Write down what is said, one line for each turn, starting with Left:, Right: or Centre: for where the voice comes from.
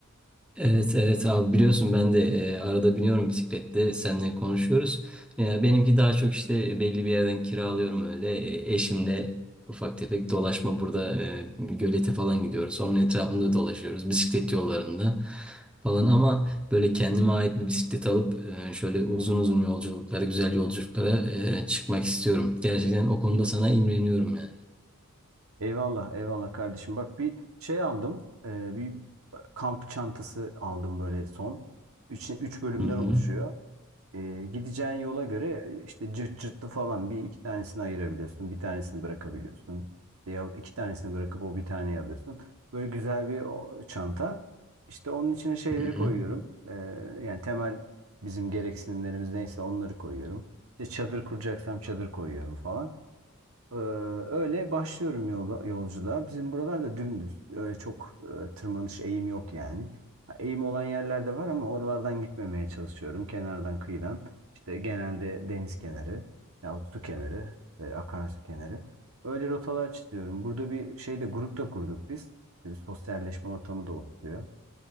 Centre: evet, evet abi biliyorsun ben de e, arada biniyorum bisiklette seninle konuşuyoruz. E, benimki daha çok işte belli bir yerden kiralıyorum öyle E, eşimle ufak tefek dolaşma burada e, gölete falan gidiyoruz. Onun etrafında dolaşıyoruz bisiklet yollarında falan ama böyle kendime ait bir bisiklet alıp e, şöyle uzun uzun yolculuklara, güzel yolculuklara e, çıkmak istiyorum. Gerçekten o konuda sana imreniyorum yani.
Right: Eyvallah, eyvallah kardeşim. Bak bir şey aldım. e, bir kamp çantası aldım böyle son. Üç, üç bölümden
Centre: Hı hı.
Right: oluşuyor. E, gideceğin yola göre işte cırt cırtlı falan bir iki tanesini ayırabiliyorsun. Bir tanesini bırakabiliyorsun. İşte ya iki tanesini bırakıp o bir taneyi alıyorsun. Böyle güzel bir o- çanta. İşte onun içine şeyleri
Centre: Hı hı.
Right: koyuyorum. E, yani temel bizim gereksinimlerimiz neyse onları koyuyorum. İşte çadır kuracaksam çadır koyuyorum falan. Ee, öyle başlıyorum yola, yolculuğa. Bizim buralarda dümdüz. Öyle çok e, tırmanış eğim yok yani. Ha, Eğim olan yerlerde var ama oralardan gitmemeye çalışıyorum. Kenardan, kıyıdan. İşte genelde deniz kenarı yahut su kenarı, işte akarsu kenarı. Öyle rotalar çiziyorum. Burada bir şeyde grup da kurduk biz. İşte bir sosyalleşme ortamı da oluşuyor.